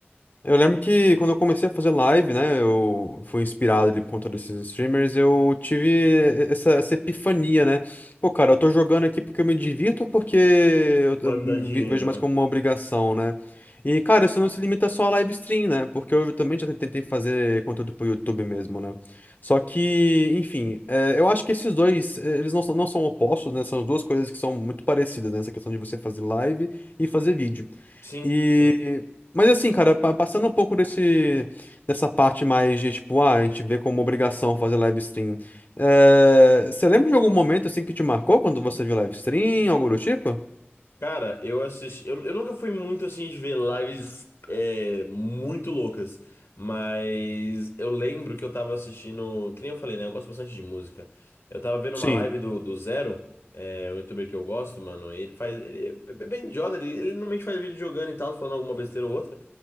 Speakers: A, on the left; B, on the left.
A: Eu lembro que quando eu comecei a fazer live, né, eu fui inspirado ali por conta desses streamers, eu tive essa, essa epifania, né? Pô, cara, eu tô jogando aqui porque eu me divirto ou porque eu,
B: Vai
A: eu me
B: me dar dinheiro,
A: vi- vejo mais
B: né?
A: como uma obrigação, né? E, cara, isso não se limita só a live stream, né? Porque eu também já tentei fazer conteúdo pro YouTube mesmo, né? Só que, enfim, é, eu acho que esses dois, é, eles não, são- não são opostos, né? São duas coisas que são muito parecidas, né? Essa questão de você fazer live e fazer vídeo.
B: Sim,
A: E
B: sim.
A: mas assim, cara, pa- passando um pouco desse, dessa parte mais de, tipo, ah, a gente vê como obrigação fazer live stream. Eh, Você lembra de algum momento, assim, que te marcou quando você viu live stream, algo do tipo?
B: Cara, eu assisti. Eu, eu nunca fui muito assim de ver lives é, muito loucas, mas eu lembro que eu tava assistindo. Que nem eu falei, né? Eu gosto bastante de música. Eu tava vendo
A: Sim.
B: uma live do, do Zero, é, um youtuber que eu gosto, mano. Ele faz. Ele é bem idiota, ele, ele normalmente faz vídeo jogando e tal, falando alguma besteira ou outra.